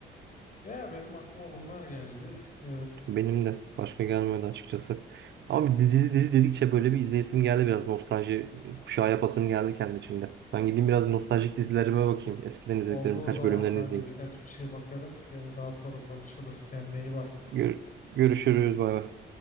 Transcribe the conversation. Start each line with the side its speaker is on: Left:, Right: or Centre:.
Left: ya benim aklıma bunlar geldi. E,
Right: Benim de başka gelmedi açıkçası. Ama bir dizi dizi dedikçe böyle bir izleyesim geldi biraz nostalji kuşağı yapasım geldi kendi içimde. Ben gideyim biraz nostaljik dizilerime bakayım. Eskiden izlediklerim
Left: Oldu o
Right: birkaç
Left: zaman
Right: bölümlerini
Left: ben
Right: izleyeyim.
Left: de birkaç bir şey bakarım. Gene daha sonra konuşuruz. Kendine iyi bak.
Right: Gör- görüşürüz bay bay.